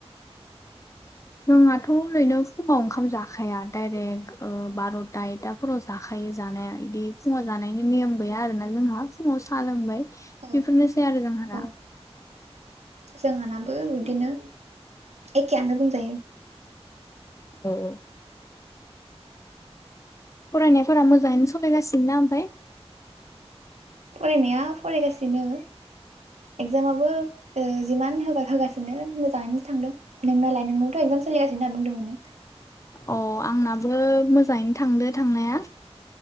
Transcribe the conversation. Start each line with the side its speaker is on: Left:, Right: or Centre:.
Left: जोंहाथ' ओरैनो फुङाव ओंखाम जाखाया डाइरेक्ट ओ बार'था एकथाफोराव जाखायो जानाया इदि फुङाव जानायनि नेयम गैया आरोना जोंहा फुङाव साहा लोंबाय
Right: औ
Left: बेफोरनोसै आरो जोंहा दा
Right: औ जोंहानाबो बिदिनो एखेयानो बुंजायो
Left: ओ औ फरायनायफोरा मोजाङैनो सलायगासिनोना ओमफाय
Right: फरायनाया फरायगासिनो एगजामाबो ओ जिमान होबा होगा होगासिनो मोजाङैनो थांदों नोंनालाय नोंनावथ' एगजाम सोलिगासिनो होनना बुंदोंमोन नों
Left: अ आंनाबो मोजाङैनो थांदो थांनाया